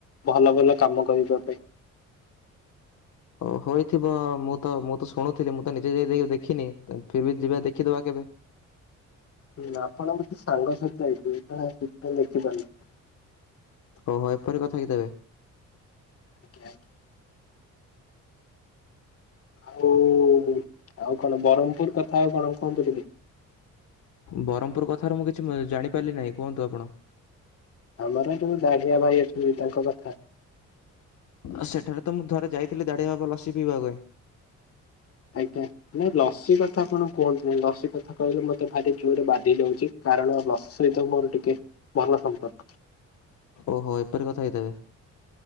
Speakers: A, on the left (about 50°); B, on the left (about 70°).
A: ଭଲ ଭଲ କାମ କରିବା ପାଇଁ।
B: ଓ ହୋଇଥିବ ମୁଁ ତ ମୁଁ ତ ଶୁଣୁଥିଲି ମୁଁ ତ ନିଜେ ଯାଇ ଦେଇି ଦେଖିନି ଫିର ବି ଯିବା ଦେଖିଦବା କେବେ।
A: ହୁଁ ନା ଆପଣ ମୋତେ ସାଙ୍ଗ ସହିତ ଯାଇଥିବେ ତାହା ସେଥିପାଇଁ ଦେଖିପାରୁନାହାଁନ୍ତି।
B: ଓହୋ ଏପରି କଥାକି ତେବେ?
A: <inaudible> ଆଉ ଆଉ କଣ ବ୍ରହ୍ମପୁର କଥା ଆଉ କଣ କୁହନ୍ତୁ ଟି
B: ବ୍ରହ୍ମପୁର କଥାରୁ ମୁଁ କିଛି ଜାଣିପାରିଲି ନାହିଁ କୁହନ୍ତୁ ଆପଣ?
A: ଆମର ଯୋଉ ଦାଡିଆ ଭାଇ ଅଛନ୍ତି ତାଙ୍କ କଥା।
B: ଆ ସେଠାରେ ତ ମୁଁ ଧରେ ଯାଇଥିଲିାଢ ହବ ଲସି ପିଇବାକୁ।
A: ଆଜ୍ଞା ନାଇଁ ଲସି କଥା କଣ କୁହନ୍ତୁନି, ନାଇଁ ଲସି କଥା କହିଲେ ମତେ ଭାରି ଜୋରରେ ବାଧି ଯାଉଛି। କାରଣ ଲସି ସହିତ ମୋର ଟିକେ ଭଲ ସମ୍ପର୍କ।
B: ଓହୋ ଏପରି କଥା ହେଇଥେବେ।